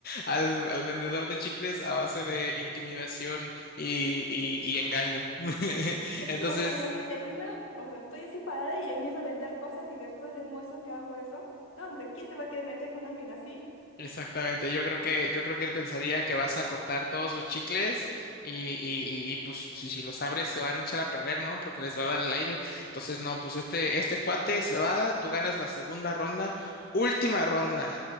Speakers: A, on the left; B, on the left.
A: al- al vendedor de chicles a base de intimidación y, y- y engaño. <laughs>
B: Pues
A: Entonces,
B: sí, o sea, imagínate, primero, o sea, estoy así parada y le empiezo a vender cosas y después le muestro que hago eso. No, hombre, ¿quién se va a querer meter con alguien así?
A: Exactamente, yo creo que, yo creo que él pensaría que vas a cortar todos sus chicles y, y, y, y, pues si, si los abres se van a echar a perder, ¿no? Porque les va a dar el aire. Entonces, no, pues este, este cuate se va, tú ganas la segunda ronda, última ronda.